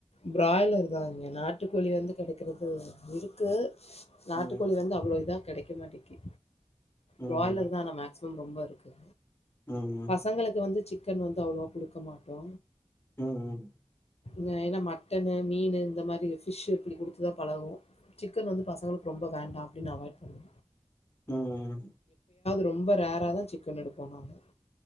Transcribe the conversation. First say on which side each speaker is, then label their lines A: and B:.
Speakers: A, on the left; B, on the left.
A: பிராய்லர் தான் இங்க நாட்டுக்கோழி வந்து கிடைக்கிறது இருக்கு நாட்டுக்கோழி
B: ம்
A: வந்து அவ்வளவு இதா கிடைக்க மாட்டேக்கு
B: ம்
A: பிராய்லர் தான் ஆனா மேக் ரொம்ப இருக்கு
B: ம்
A: பசங்களுக்கு வந்து சிக்கன் சிக்கன் வந்து அவ்ளோ குடுக்க மாட்டோ
B: உம் உம்
A: நைன் ஏனா மட்டனு மீனு இந்த மாரி பிஷ் இப்டி குடுத்துதா பழகு சிக்கன் வந்து பசங்ளுக்கு ரொம்ப வேண்டா அப்டினு அவாய்ட் பண்ணு
B: உம் உம்
A: ரொம்ப ரேராதா சிக்கன் எடுப்போ நாங்க